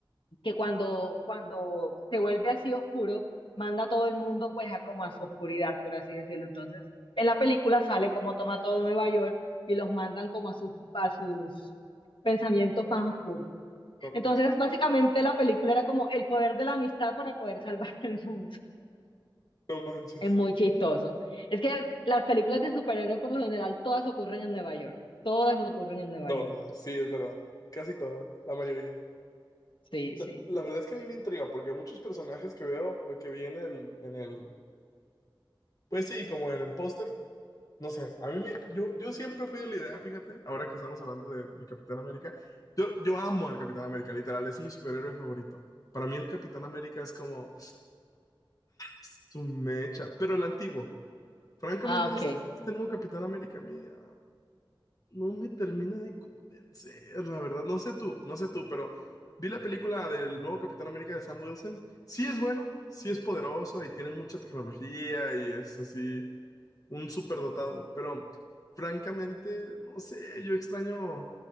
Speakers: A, on the left (about 70°); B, on the left (about 45°).
A: que cuando, cuando se vuelve así oscuro, manda a todo el mundo pues a como a su oscuridad, por así decirlo. Entonces, en la película sale como toma todo Nueva York y los mandan como a sus, a sus pensamientos más oscuros.
B: No manches.
A: Entonces, básicamente la película era como el poder de la amistad para poder salvar <laughs> el mundo.
B: No manches.
A: Es muy chistoso. Es que las películas de superhéroes por lo general todas ocurren en Nueva York. Todas ocurren en Nueva
B: Todas,
A: York.
B: sí, es verdad. Casi todas, la mayoría.
A: Sí,
B: La,
A: sí.
B: la verdad es que a mí me intriga porque muchos personajes que veo, que vi en el, en el, pues sí, como en el póster, No sé, a mí me, yo, yo siempre fui de la idea, fíjate, ahora que estamos hablando de- del Capitán América, yo, yo amo al Capitán América, literal, es mi superhéroe favorito. Para mí el Capitán América es como su mecha, pero el antiguo. Francamente,
A: Ah, ok.
B: Ah, este, este nuevo Capitán América mía no me termina de convencer, la verdad. No sé tú, no sé tú, pero vi la película del nuevo Capitán América de Sam Wilson. Sí es bueno, sí es poderoso y tiene mucha tecnología y es así un superdotado, pero francamente, no sé, yo extraño, yo